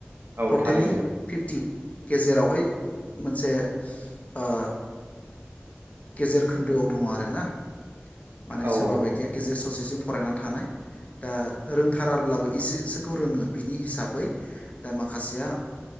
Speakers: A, on the right (about 65°); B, on the left (about 35°).
A: औ
B: टटेलि
A: थारैनो
B: फिफ्टि गेजेरावहाय मोनसे ओ गेजेर खोन्दोआव दङ आरो ना माने
A: औ
B: सोरबा बायदिया गेजेर ससेसिम फरायनानै थानाय दा रोंथाराब्लाबो एसेसोखौ रोङो बिनि हिसाबै दा माखासेया